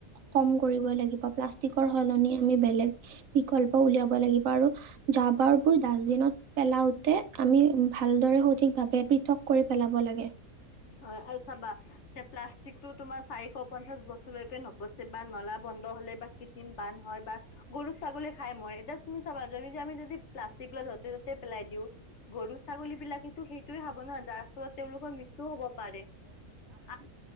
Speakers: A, on the right; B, on the left.
A: কম কৰিৱ। কৰিব লাগিৱ প্লাষ্টিকৰ সলনি আমি বেলেগ বিকল্প উলিয়াব লাগিব আৰু‌ জাৰ বাৰ ডাষ্টবিনত পেলাওঁতে আমি ভালদৰে সঠিকভাৱে পৃথক কৰি পেলাব লাগে।
B: হয় আৰু চাবা এতিয়া প্লাষ্টিক টো তোমাৰ চাৰিশ পঞ্চাশ বছৰলৈকে নপচে বা নলাব। হলে বা কৃত্ৰিম বান্ধ হয় বা গৰু ছাগলী খাই মই এতিয়া তুমি চাবা য আমি যদি প্লাষ্টিক য'তে ত'তে পেলাই দিওঁ গৰু ছাগলী বিলাকেতো সেইটোয়ে হাব নহয় যাৰ ফলত তেওঁলোকৰ মিত্ৰো সেইটো হ'ব পাৰে আমি,